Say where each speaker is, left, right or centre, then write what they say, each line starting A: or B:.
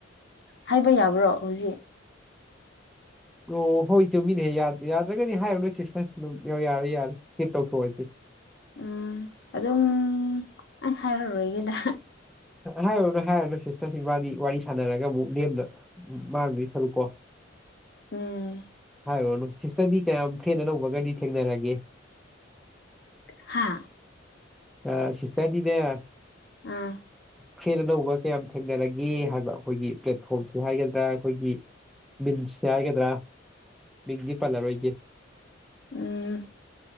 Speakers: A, on the left (about 60°); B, in the centre.
A: ꯍꯥꯏꯕ ꯌꯥꯕ꯭ꯔꯣ ꯍꯧꯖꯤꯛ
B: ꯑꯣ ꯍꯣꯏ ꯆꯨꯝꯃꯤꯅꯦꯍꯦ ꯌꯥꯗ꯭ꯔꯒꯗꯤ ꯍꯥꯏꯔꯨꯅꯣ ꯁꯤꯁꯇꯪꯝ ꯌꯥꯔꯦ ꯌꯥꯔꯦ ꯏꯁꯀꯤꯞ ꯇꯧꯊꯣꯛꯑꯁꯤ꯫
A: ꯎꯝ ꯑꯗꯨꯝ ꯑꯩ ꯍꯥꯏꯔꯔꯣꯏꯒꯦꯗ꯫
B: ꯍꯥꯏꯌꯨꯅꯨ ꯍꯥꯏꯌꯨꯅꯨ ꯁꯤꯁꯇꯔ ꯏꯕꯥꯅꯤ ꯋꯥꯔꯤ ꯁꯥꯟꯅꯔꯒ ꯑꯃꯨꯛ ꯂꯦꯝꯅ ꯃꯥꯡꯗꯨꯏ ꯁꯔꯨꯛ ꯀꯣ
A: ꯎꯝ
B: ꯍꯥꯏꯔꯨꯅꯨ ꯁꯤꯁꯁꯔꯗꯤ ꯀꯌꯥꯝ <unintelligible> ꯎꯕꯒꯗꯤ ꯊꯦꯡꯒꯅꯔꯒꯦ?
A: ꯍꯥ
B: ꯑꯥ ꯁꯤꯁꯇꯔꯗꯤꯅꯦ
A: ꯑꯥ
B: ꯐꯦꯟ ꯑꯅꯧꯕ ꯀꯌꯥꯝ ꯊꯦꯡꯅꯔꯒꯦ ꯍꯥꯏꯕ ꯑꯈꯣꯏꯒꯤ ꯄ꯭ꯂꯦꯠꯐꯣꯝꯁꯤ ꯍꯥꯏꯒꯗ꯭ꯔꯥ ꯑꯈꯣꯏꯒꯤ ꯃꯤꯟꯁꯦ ꯍꯥꯏꯒꯗ꯭ꯔꯥ ꯃꯤꯟꯗꯤ ꯄꯜꯂꯔꯣꯏꯒꯦ꯫
A: ꯎꯝ